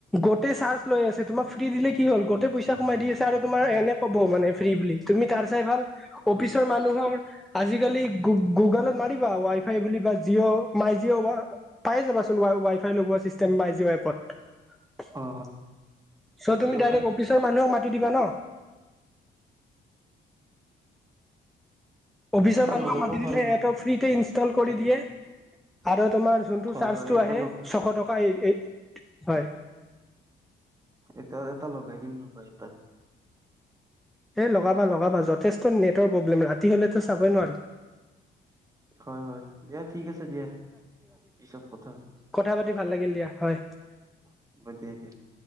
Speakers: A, in the centre; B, on the right.
A: গোটেই চাৰ্জ লৈ আছে, তোমাক ফ্ৰী দিলে কি হ'ল, গোটেই পইচা সোমাই দি আছে আৰু তোমাৰ এনে ক'ব মানে ফ্ৰী বুলি। তুমি তাৰ চাই ভাল
B: অ
A: অফিচৰ মানুহৰ, আজিকালি গু-গুগলত মাৰিবা ৱাই, ফাই বুলি বা জিঅ মাই জি, অ, বা পায়ে যাবাচোনৱ ৱাই, ফাই লগোৱা চিষ্টেম মাই জি, অ, এপত। চ, তুমি
B: অ হয় জিঅ'
A: ডাইৰেক্ট
B: ফাই
A: অফিচৰ মানুহক মাতি দিবা ন। অফিচৰ
B: এটা
A: মানুহক
B: লগাব
A: মাতি দিলে,
B: পাৰো
A: এটো ফ্ৰীতে ইনষ্টল
B: কিজানি
A: কৰি দিয়ে।
B: অলপ
A: আৰু তোমাৰ যোনটো
B: হয়
A: চাৰ্জটো
B: হয় এটা
A: আহে,
B: লগ
A: ছশ টকা এই, এ, হয়।
B: এতিয়া এয়াতেই লগাই দিম ৰবা, এয়াতে
A: এই লগাবা, লগাবা, যথেষ্ট নেটৰ প্ৰব্লেম, ৰাতি হলেতো চাবই নোৱাৰো।
B: হয়, হয়, দিয়া ঠিক আছে দিয়া, পিছত কথা পাতিম।
A: কথা পাতি ভাল লাগিল দিয়া, হয়।
B: <inaudible>